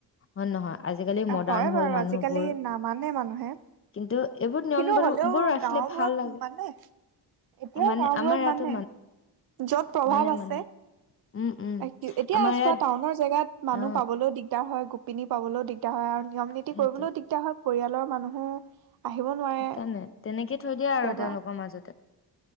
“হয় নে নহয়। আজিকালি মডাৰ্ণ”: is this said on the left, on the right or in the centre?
Left